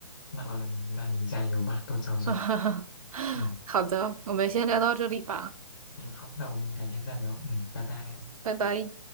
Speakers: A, on the left (about 30°); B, on the right (about 80°).
A: 那那你加油吧，多找找。
B: <laughs>
A: 嗯
B: 好的，我们先聊到这里吧，
A: 嗯，好，那我们改天再聊。嗯，拜拜。
B: 拜拜。